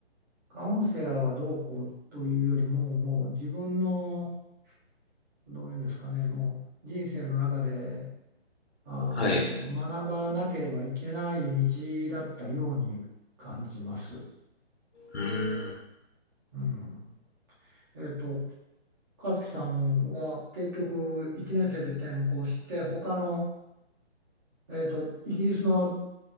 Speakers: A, on the right; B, on the left.
A: うカウンセラーはどうこうというよりも、もう自分の、どういうんですかね、もう人生の中で、あの、
B: はい。
A: 学ばなければいけない道だったように感じます。
B: うーん。
A: うん。えっと、和樹さんは結局1年生で転校して、他のえっと、イギリスの